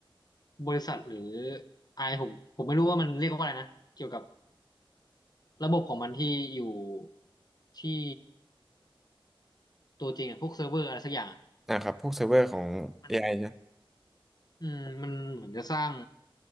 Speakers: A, on the left; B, in the centre.
A: บริษัทหรือไอผมผมไม่รู้ว่ามันเรียกว่าอะไรนะ เกี่ยวกับระบบของมันที่อยู่ที่ตัวจริงอะพวกเซิร์ฟเวอร์อะไรสักอย่างอะ
B: อ่ะครับพวกเซิร์ฟเวอร์ของ
A: มัน
B: AI นะ
A: อืมมันเหมือนจะสร้าง